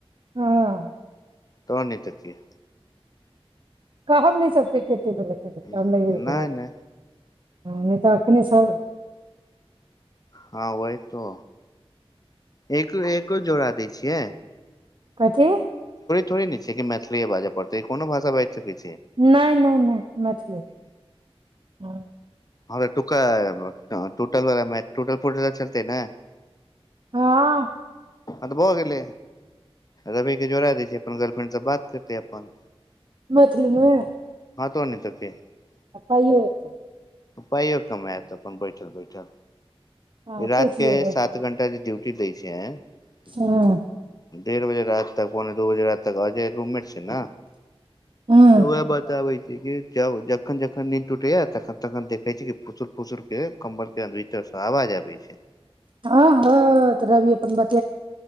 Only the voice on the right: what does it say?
हँ
कहब नहि सब के के ल गेल
नहि
तऽ एखन सभ
कथी
नहि नहि नहि मैथिली ह
हँ
मैथिलीमे
आ पाइयओ अयतै
हँ
पूछि
लेबै
हँ
हँ
हँ हँ त रवी अपन बात